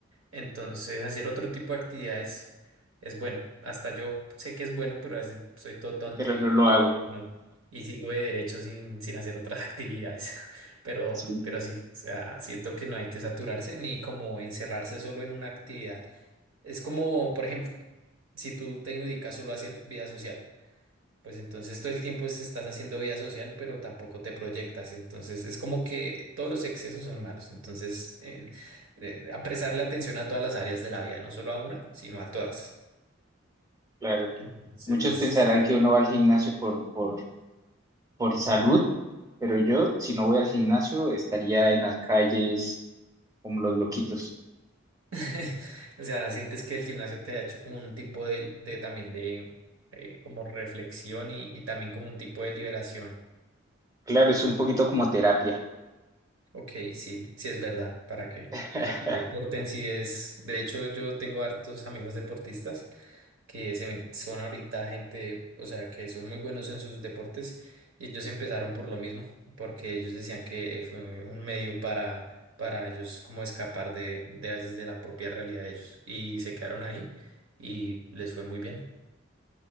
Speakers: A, on the right (about 85°); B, on the right (about 15°).
A: Entonces, hacer otro tipo de actividades es bueno. Hasta yo sé que es bueno, pero a veces soy todo tonto
B: pero
A: y,
B: no lo
A: y,
B: hago.
A: y no- y sigo de derecho sin, sin hacer otras <laughs> actividades. Pero,
B: Sí,
A: pero sí, o sea, siento que no hay que saturarse ni como encerrarse solo en una actividad. Es como, por ejemplo, si tú te dedicas solo a hacer vida social. Pues entonces todo el tiempo es- estás haciendo vida social, pero tampoco te proyectas. Entonces es como que todos los excesos son malos. Entonces, eh, eh, apresar la atención a todas las áreas de la vida, no solo a una, sino a todas.
B: claro.
A: Entonces,
B: Muchos pensarán
A: sí.
B: que uno va al gimnasio por, por, por salud, pero yo si no voy al gimnasio estaría en las calles como los loquitos.
A: <laughs> O sea, sientes que el gimnasio te ha hecho como un tipo de, de también de eh, como reflexión y, y también como un tipo de liberación.
B: Claro, es un poquito como terapia.
A: Ok, sí, sí es verdad. ¿Para qué?
B: <laughs>
A: El deporte en sí es, de hecho, yo tengo hartos amigos deportistas. que se me- son ahorita gente, o sea, que son muy buenos en sus deportes y ellos empezaron por lo mismo, porque ellos decían que eh, fue un medio para, para ellos como escapar de, de a veces de la propia realidad de ellos y se quedaron ahí y les fue muy bien.